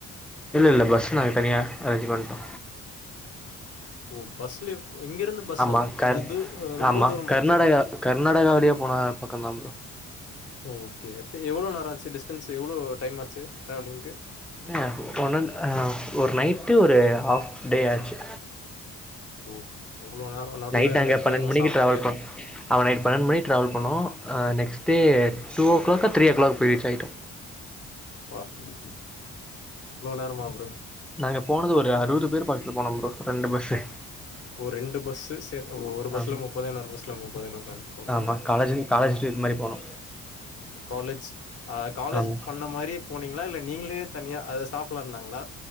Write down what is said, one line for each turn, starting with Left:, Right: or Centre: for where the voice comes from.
Centre: இல்லல்ல பஸ் நாங்க தனியா அரேஞ்ச் பண்ணட்டோ
Left: ம் பஸ்லே இங்க இருந்து பஸ்சா
Centre: ஆமா கர்
Left: அது தூ ரொம்ப
Centre: ஆமா
Left: தூரமாச்சே
Centre: கர்நாடகா கர்நாடகா வழியா போன பக்கந்தா ப்ரோ
Left: ஓகே எவ்ளோ நேரோ ஆச்சு டிஸ்டன்ஸ்சு எவ்ளோ டைம் ஆச்சு டிராவலிங்க்கு
Centre: என்ன ஒன் ஆன்ட் ஆ ஒரு நைட்டு ஒரு ஆஃப் டே ஆச்சு
Left: ஓ அவ்ளோ நேர நடுவுல
Centre: நைட் ஆங்க
Left: நிறுத்தி
Centre: பன்னெண்டு
Left: அங்க
Centre: மணிக்கு
Left: சாப்ட்டு
Centre: டிராவல் பண் அவ நைட் பன்னெண்டு மணிக்கு டிராவல் பண்ணோ ஆ நெக்ஸ்ட் டே டூ ஓகிளாக்கோ தீரி ஓகிளாக்கோ போய் ரீச் ஆகிட்டோ
Left: ப்பா இவ்ளோ நேரமா ப்ரோ
Centre: நாங்க போனது ஒரு அறுவது பேர் பக்கதுல போனோ ப்ரோ ரெண்டு பஸ்சு
Left: ஓ ரெண்டு பஸ்சு சே ஒரு பஸ்ல
Centre: ஆமா
Left: முப்பது இன்னொரு பஸ்ல முப்பதுன்னு உக்காந்து போனீங்களா
Centre: ஆமா காலேஜ்ல காலேஜ் ட்ரிப் மாரி போணோ
Left: காலேஜ் காலேஜ்
Centre: ஆமா
Left: ஆ பண்ண மாரியே போனீங்களா இல்ல நீங்களே தனியாக அதா ஸ்டாஃப் எல்லா இருந்தாங்களா